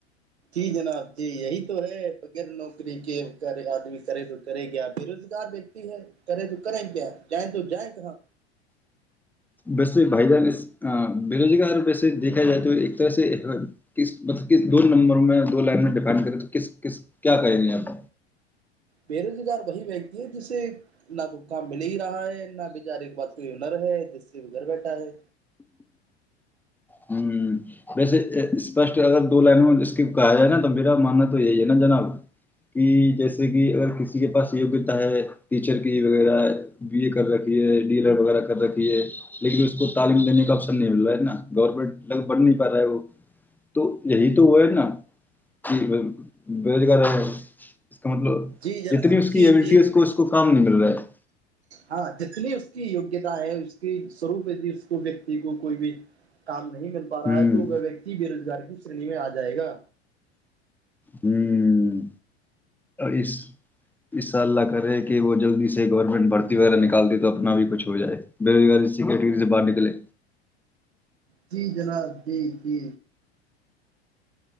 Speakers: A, on the right; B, in the centre.
A: جی جناب جی یہی تو ہے بغیر نوکری کےغیر آدمی کرے تو کرے کیا بے روزگار ویکتی ہے کرے تو کریں کیا جائیں تو جائیں کہاں
B: ویسے بھائی جان بے روزگار ویسے دیکھا جائے تو ایک طرح سے مطلب دو نمبر میں دو لائن میں ڈفڈ کرے تو کس کیا کہیں گے یہپ
A: بے روزگار وہی ویکتی ہے جس سے نہ تو کام مل ہی رہا ہے نہ بچار ایک بات کوئی ہنر ہے جس سے وہ گھر بیٹھا ہے
B: ہوں ویسے اسپشٹ اگر دو لائنوں میں ج کہا جائے نا تو میرا ماننا تو یہی ہے نا جناب کہ جیسے کہ اگر کسی کے پاس یگیہتا ہے ٹیچر کی وغیرہ بی اے کر رکھی ہے ڈیلر وغیرہ کر رکھی ہے لیکن اس کو تعلیم دینے کا آسن نہیں مل رہا ہے نا گورنمنٹ لگ بڑ نہیں پا رہا ہے وہ تو یہی تو وہ ہے نہ کہ بیروزگار مطلب
A: جی جناب
B: جتنی اس کی
A: جی
B: ایبلٹی
A: جی
B: اس کو اس کو کام نہیں مل رہا ہے
A: ہاں جتنی اس کی یوگیتا ہے اس کی سوروپ اس کو ویکتی کو کوی بھی کام نہیں مل پا رہا
B: ہوں
A: ہے تو وہ ویکتی بے روزگاری شنی میں ا جایگا
B: ہم اس اس اللہ کرے کہ وہ جلدی سے گورنمنٹ بھرتی وغیرہ نکال دے تو اپنا بھی کچھ ہو جائے بیروزگاری سی کٹگری سے باہر نکلے
A: جی جناب جی جی